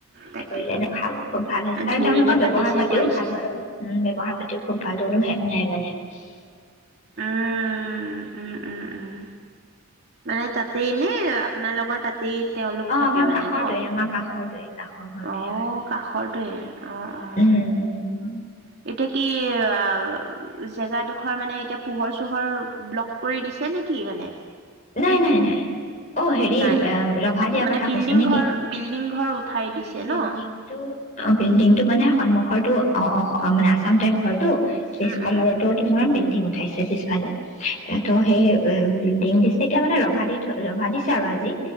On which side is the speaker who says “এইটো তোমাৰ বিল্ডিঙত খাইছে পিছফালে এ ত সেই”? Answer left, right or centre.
Left